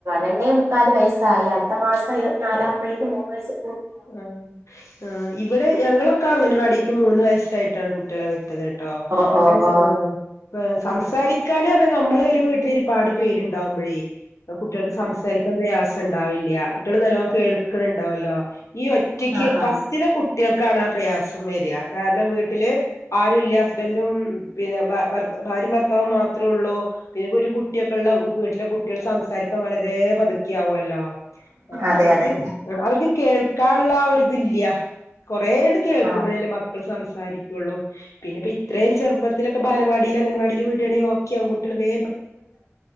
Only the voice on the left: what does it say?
ആ ആ ഇവിടെ ഞങ്ങളൊക്കെ അങ്ങനവാടി എക്ക് മൂന്ന് വയസ്സായിട്ടാണ് കുട്ടികളെ വിട്ടത് ട്ടോ
<unintelligible>
സംസാരിക്കാനും അ നമ്മള ഒരു വീട്ടിൽ ഒരുപാട് പേരുണ്ടാവുമ്പോഴേ കുട്ടികൾക്ക് സംസാരിക്കൻ പ്രയാസ ഉണ്ടാവില്ല കുട്ടികൾ നല്ലോ കേൾക്കണണ്ടാവല്ലോ ഈ ഒറ്റയ്ക്ക്
ഫസ്റ്റിലെ കു ട്ടികൾക്കാണ് ആ പ്രയാസം വരാ കാരണം വീട്ടില് ആരുല്ല ഹസ്ബൻറും പിന്നെ ഭ ഭാര്യയും ഭർത്താവും മാത്രമേള്ളൂ പിന്നെ ഒരു കുട്ടിയൊക്കെ ഉള്ള വീട്ടിലെ കുട്ടികൾ സംസാരിക്കാൻ വളരെ പതുക്ക ക്യാവല്ലോ
അവർക്ക്
അവർക്ക് കേൾ ആ ഒരുതില്യ കുറേണ്ട് കേൾക്കുമ്പോഴേല്ലേ
മക്കൾ സം സംസാരിക്കുള്ളു പിന്ന ഇപ്പൊ ഇത്രയും ചെറുപ്പത്തിലൊക്കെ ബാലവാടിയിലും അംഗൻവാടിയിലും വീടുകണെങ്ക ഒക്കെ ആകും കുട്ടികൾ വേ